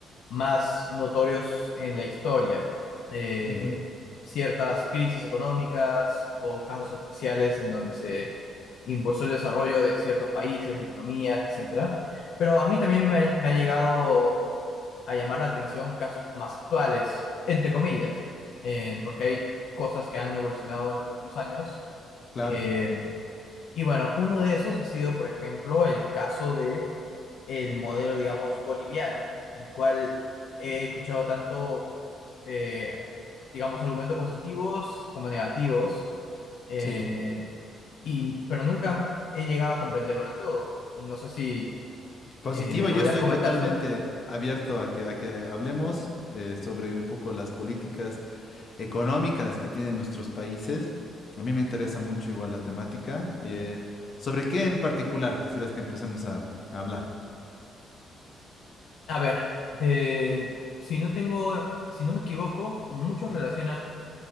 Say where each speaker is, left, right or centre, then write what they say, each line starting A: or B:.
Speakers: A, on the left; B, on the left.
A: más notorios en la historia. Eh,
B: Ujú,
A: ciertas crisis económicas o casos especiales en donde se impulsó el desarrollo de ciertos países, economías, etcétera. Pero a mí también me, ha me ha llegado a llamar la atención casos más actuales, entre comillas, eh, porque hay cosas que han evolucionado en los últimos años.
B: Claro,
A: eh, y bueno, uno de esos ha sido, por ejemplo, el caso de el modelo, digamos, boliviano, el cual he escuchado tanto, eh, digamos, argumentos positivos como negativos. eh,
B: sí.
A: y, pero nunca he llegado a comprenderlo del todo. No sé si
B: Positivo,
A: eh, me podrías
B: yo estoy
A: comentar
B: totalmente
A: sobre eso.
B: abierto a que, a que hablemos eh, sobre un poco las políticas económicas que tienen nuestros países. A mí me interesa mucho igual la temática. eh, ¿sobre qué en particular quisieras que empecemos a, a hablar?
A: A ver, eh, si no tengo, si no me equivoco, muchos relacionan